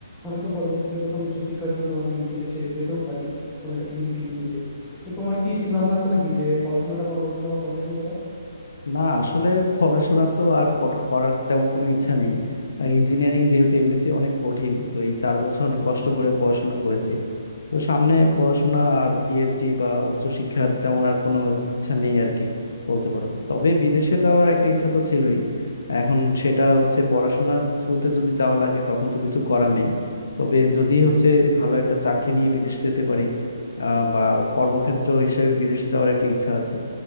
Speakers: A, in the centre; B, on the left (about 70°).
A: হয়তো পরবর্তীতে কোথাও উচ্চশিক্ষার জন্য আমি বিদেশে যেতেও পারি কোনো একটা ডিগ্রি টিগ্রি নিতে তো তোমার কি চিন্তা ভাবনা আছে নাকি যে পড়াশোনাটা পরবর্তীতে আবার কন্টিনিউ করার
B: না আসলে পড়াশোনা তো আর কট- করার তেমন কোনো ইচ্ছা নেই ইঞ্জিনিয়ারিং যেহেতু এমনিতে অনেক কঠিন তো এই চার বছর অনেক কষ্ট করে পড়াশোনা করেছি তো সামনে পড়াশোনা আর পিএইচডি বা উচ্চশিক্ষার তেমন আর কোনো ইচ্ছা নেই আর কি বলতে পারো তবে বিদেশে যাওয়ার একটা ইচ্ছা তো ছিলই এখন সেটা হচ্ছে পড়াশোনা থ্রুতে যদি যাওয়া লাগে তখন তো কিছু করার নেই তবে যদি হচ্ছে ভালো একটা চাকরি নিয়ে বিদেশে যেতে পারি আহ বা কর্মক্ষেত্র হিসেবে বিদেশে যাওয়ার একটা ইচ্ছা আছে